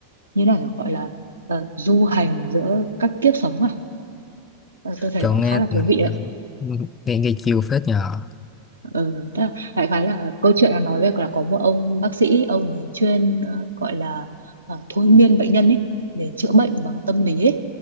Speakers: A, on the right (about 75°); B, on the left (about 20°).
A: như này là gọi là ờ, du hành giữa các kiếp sống à? Ờ, tôi thấy
B: chọn
A: nó cũng khá
B: nghe
A: là thú vị đấy.
B: ờ, nghe, nghe chiều phết nhờ
A: Ừ, tức là đại khái là câu chuyện là nói về là có một ông bác sĩ ông ấy chuyên ờ, gọi là ờ, thôi miên bệnh nhân ấy để chữa bệnh bằng tâm lý ấy